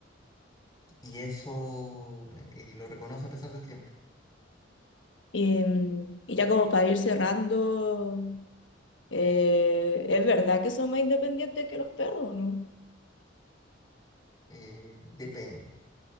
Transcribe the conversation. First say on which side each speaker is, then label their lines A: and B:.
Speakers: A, on the left; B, on the left.
A: Y eso eh, lo reconoce a pesar del tiempo.
B: Y, mm, y ya como para ir cerrando, eh, ¿es verdad que son más independientes que los perros o no?
A: Eh, depende.